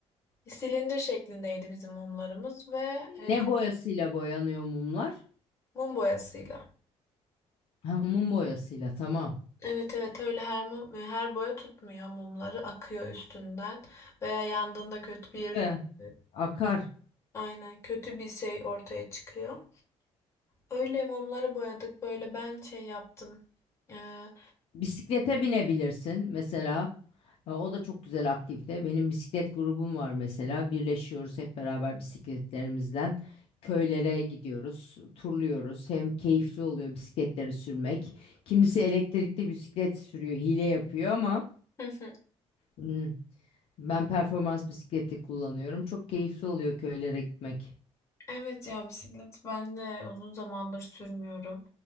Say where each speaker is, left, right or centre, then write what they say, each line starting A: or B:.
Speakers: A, on the left (about 20°); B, on the left (about 50°).
A: silindir şeklindeydi bizim mumlarımız ve e,
B: Ne boyasıyla boyanıyor mumlar?
A: mum boyasıyla.
B: Ha, mum boyasıyla tamam.
A: Evet evet öyle her mum, e, her boya tutmuyor mumları akıyor üstünden veya yandığında kötü bir
B: Ve
A: e,
B: akar.
A: aynen kötü bir şey ortaya çıkıyor. Öyle mumları boyadık böyle ben şey yaptım. Ee,
B: Bisiklete binebilirsin mesela. E, O da çok güzel aktivite. Benim bisiklet grubum var mesela. Birleşiyoruz hep beraber bisikletlerimizden. Köylere gidiyoruz, turluyoruz. Hem keyifli oluyor bisikletleri sürmek. Kimisi elektrikli bisiklet sürüyor, hile yapıyor ama
A: Hı hı.
B: hmm, ben performans bisikleti kullanıyorum. Çok keyifli oluyor köylere gitmek.
A: <laughs> evet ya bisiklet ben de uzun zamandır sürmüyorum.